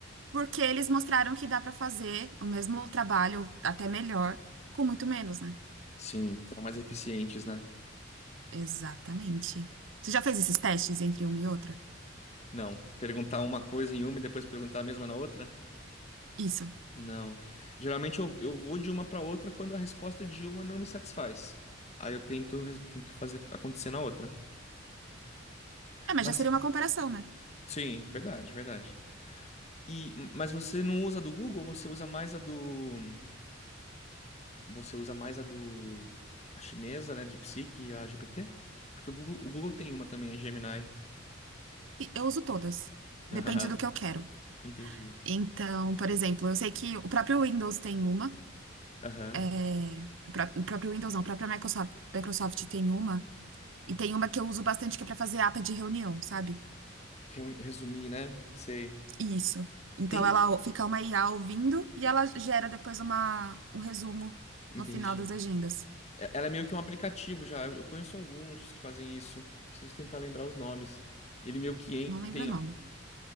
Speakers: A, on the right (about 70°); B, on the left (about 35°).
A: porque eles mostraram que dá para fazer o mesmo trabalho, ou até melhor, com muito menos, né?
B: Sim, foram mais eficientes, né?
A: Exatamente. Você já fez esses testes entre uma e outra?
B: Não, perguntar uma coisa em uma e depois perguntar a mesma na outra?
A: Isso.
B: Não. Geralmente eu, eu vou de uma para outra quando a resposta de uma não me satisfaz. Aí eu tento, res- tento fazer acontecer na outra.
A: É, mas
B: Mas,
A: já seria uma comparação, né?
B: sim, verdade, verdade. E, mas você não usa a do Google, você usa mais a do. Você usa mais a do. A chinesa, né? De Psique e a GPT? Porque o Google, o Google tem uma também, a Gemini. <laughs>
A: E Eu uso todas.
B: Ah,
A: Depende do que eu quero.
B: Entendi.
A: Então, por exemplo, eu sei que o próprio Windows tem uma.
B: Aham.
A: é, o pró- o próprio Windows não, a própria Microsoft, Microsoft tem uma E tem uma que eu uso bastante que é pra fazer ata de reunião, sabe?
B: Reu- Resumir, né? Sei.
A: Isso. Então
B: Tem.
A: ela o- fica uma IA ouvindo e ela gera depois uma, um resumo
B: Entendi.
A: no final das agendas.
B: É- Ela é meio que um aplicativo já. Eu conheço alguns que fazem isso. Preciso tentar lembrar os nomes. Ele meio que en-
A: Não lembro
B: tem,
A: o nome.